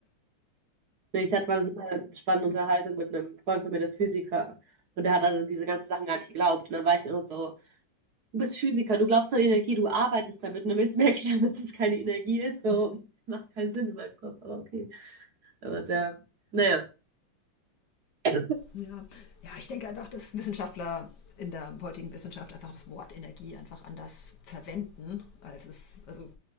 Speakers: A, on the right; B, on the left.
A: Ne, Ich hatte mal eine super spannende Unterhaltung mit einem Freund von mir, der ist Physiker. Und der hat an diese ganzen Sachen gar nicht geglaubt. Und dann war ich immer so, du bist Physiker, du glaubst an Energie, du arbeitest damit. Und dann willst du mir erklären, dass das keine Energie ist. So, <laughs> macht keinen Sinn in meinem Kopf, aber okay. Aber sehr, naja. <laughs>
B: Ja. ja, ich denke einfach, dass Wissenschaftler in der heutigen Wissenschaft einfach das Wort Energie einfach anders verwenden, als es, also